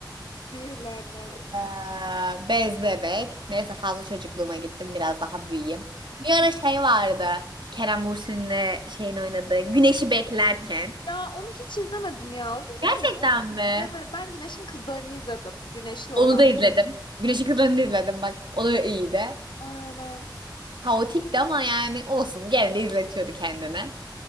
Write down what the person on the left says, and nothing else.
Sihirlendim.
Ya onu hiç izlemedim ya. O güzel
mi?
Evet ben Güneş'in Kızlarını izledim. Güneşli olan.
Aynen.